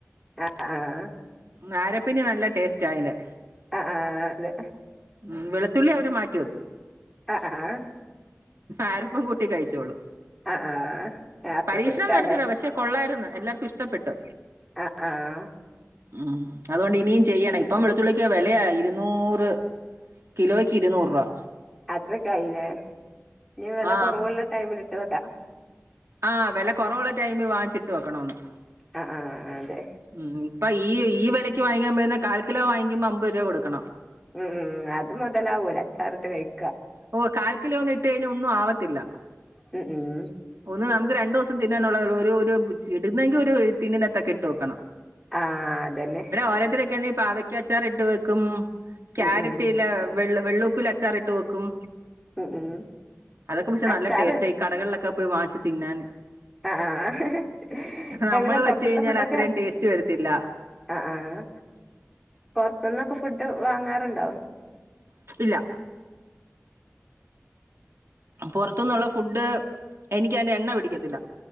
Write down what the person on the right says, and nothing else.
നാരപ്പനി നല്ല ടേസ്റ്റ് ആയല്ലേ.
ഉ വെളുത്തുള്ളി അവരെ മാറ്റി വെക്കും.
ആരപ്പ കൂട്ടി കഴിച്ചോളൂ
പരീക്ഷണം
നടത്തിതാ പക്ഷെ കൊള്ളായിരുന്നുഎല്ലാർക്കും ഇഷ്ടപ്പെട്ട്.
ഉം അതുകൊണ്ട് ഇനിയും ചെയ്യണം ഇപ്പം വെളുത്തുള്ളിക്ക് വിലയ ഇരുന്നൂറ്. കിലോയ്ക്ക് ഇരുന്നൂറ് രൂപ.
ആഹ്
ആ വില കുറവുള്ള ടൈമില് വാങ്ങിച്ചിട്ട് വെക്കണമെന്ന്.
ഉം ഇപ്പൊ ഈ ഈ വിലയ്ക്ക് വാങ്ങിക്കാ പോയിരുന്ന കാൽക്കിലോ വാങ്ങിക്കുമ്പോ അമ്പത് രൂപ കൊടുക്കണം.
ഓ കാൽക്കിലോ ഒന്നും ഇട്ട കഴിഞ്ഞാ ഒന്നും ആവത്തില്ല.
ഒന്ന് നമുക്ക് രണ്ടൂസം തിന്നാനുള്ളതേ ഉള്ളൂ. ഒരു ഒരു ബ്ച് ഇടുന്നെങ്കിൽ ഒരു ടിന്നിനകത്തെക്കെ ഇട്ട് വെക്കണം.
ഓരോത്തൊരക്കെന്ന് പാവക്കാച്ചാർ ഇട്ട് വെക്കും കാരറ്റ്ലെ
വെള്ള് വെള്ളുപ്പിലെ ച്ചാറ് ഇട്ട് വെക്കും
അതൊക്കെ മുഷേ
നല്ല ടേസ്റ്റ് ആയി കടകളിലൊക്കെ പോയി വാങ്ങിച്ച് തിന്നാന്
നമ്മള്
വെച്ച് കഴിഞ്ഞാൽ
അത്രയും ടേസ്റ്റ് വരത്തില്ല
മ്ച് ഇല്ല. പൊറത്തുന്നുള്ള ഫുഡ് എനിക്കതിൻ്റെ എണ്ണ പിടിക്കത്തില്ല.